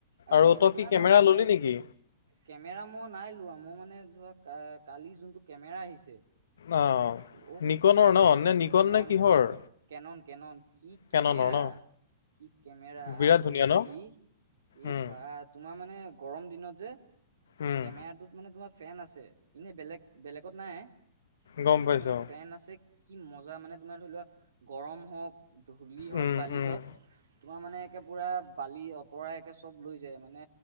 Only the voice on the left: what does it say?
আৰু তই
কি কেমেৰা
ললি নেকি?
আহ
নিকনৰ
ন নে নিকন নে
কিহৰ?
কেননৰ
ন
বিৰাট
ধুনীয়া ন
উম,
উম
গম
পাইছো
উম,
উম।